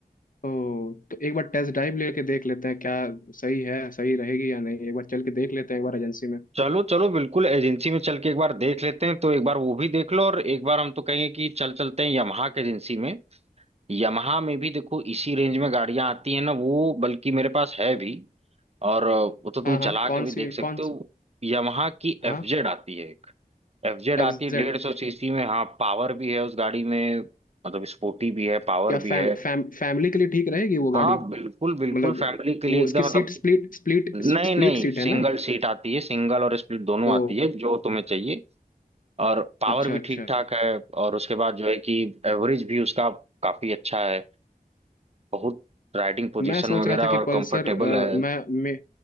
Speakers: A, on the left; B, on the right.
A: ओ तो एक बार टेस्ट ड्राइव लेके देख लेते हैं क्या सही है सही रहेगी या नहीं एक बार चल के देख लेते हैं एक बार एजेंसी में
B: चलो चलो बिल्कुल एजेंसी में चल के एक बार देख लेते हैं तो एक बार वो भी देख लो और एक बार हम तो कहेंगे कि चल चलते हैं यामाहा की एजेंसी में यमहा में भी देखो इसी रेंज में गाड़ियां आती हैं ना वो बल्कि मेरे पास है भी और अ, वो तो तुम
A: हाँ
B: चला
A: हाँ कौन
B: के भी देख
A: सी
B: सकते
A: कौन सी
B: हो यमहा की
A: हाँ
B: एफजेड आती है एक एफजेड
A: एफ
B: आती है
A: जेड
B: डेढ़ सौ सीसी में हाँ पावर भी है उस गाड़ी में मतलब स्पोर्टी भी है पावर
A: क्या फैम,
B: भी है
A: फैम, फैमिली के लिए ठीक रहेगी वो गाड़ी
B: हाँ बिल्कुल
A: मतलब
B: बिल्कुल फैमिली के
A: वो
B: लिए एकदम
A: उसकी seat
B: मतलब
A: split split
B: नहीं
A: split
B: नहीं
A: seat है
B: सिंगल
A: ना
B: सीट आती है सिंगल और स्प्लिट दोनों
A: ओ
B: आती है जो तुम्हें चाहिए और पावर
A: अच्छा
B: भी
A: अच्छा
B: ठीक ठाक है और उसके बाद जो है कि एवरेज भी उसका काफी अच्छा है बहुत राइडिंग पोजीशन
A: मैं सोच
B: वगैरह
A: रहा था कि
B: और
A: पल्सर
B: कंफर्टेबल
A: अ,
B: है
A: मैं मैं